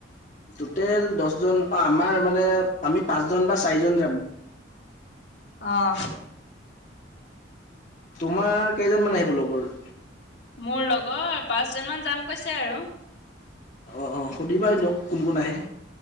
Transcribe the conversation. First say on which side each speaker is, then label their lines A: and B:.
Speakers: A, on the left (about 40°); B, on the left (about 65°).
A: টোটেল দহজন অ' আমাৰ মানে আমি পাঁচজন বা চাৰিজন যাম।
B: অ'।
A: তোমাৰ কেইজন মান আহিব লগৰ?
B: মোৰ লগৰ পাঁচ জন মান যাম কৈছে আৰু।
A: অ', অ', সুধিবা দিয়ক কোন কোন আহে?